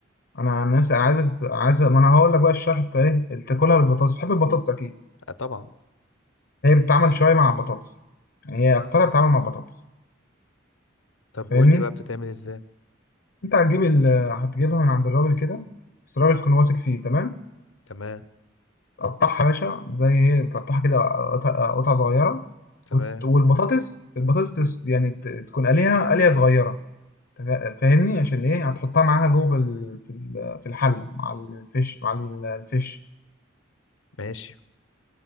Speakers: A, on the left; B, on the left.
A: انا عن نفسي انا عايز عايز ما انا هقول لك بقى الشرح بتاع ايه اللي تاكلها بالبطاطس بتحب البطاطس اكيد
B: آه طبعا
A: هي بتتعمل شويه مع البطاطس يعني هي اكترها بتتعمل مع البطاطس
B: طب
A: فاهمني
B: قول لي بقى بتتعمل ازاي
A: انت هتجيب ال... هتجيبها من عند الراجل كده بس الراجل تكون واثق فيه تمام
B: تمام
A: تقطعها يا باشا زي ايه تقطعها كده قطع قطع صغيره
B: تمام
A: وت... والبطاطس البطاطس تس... يعني ت... تكون قليها قليه صغيره تفا- فاهمني عشان ايه هتحطها معاها جوه في ال... في ال- في الحله مع الفيش مع الفيش
B: ماشي